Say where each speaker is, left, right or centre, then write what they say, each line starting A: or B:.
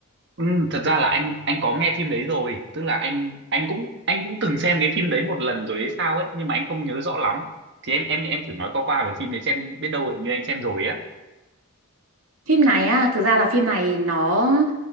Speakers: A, on the right; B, on the right.
A: Ừ, thật ra là anh anh có nghe phim đấy rồi tức là anh anh cũng anh cũng từng xem cái phim đấy một lần rồi hay sao ấy nhưng mà anh không nhớ rõ lắm thì em em em thử nói qua qua về phim đấy xem biết đâu hình như anh xem rồi á
B: Phim này á, thực ra là phim này nó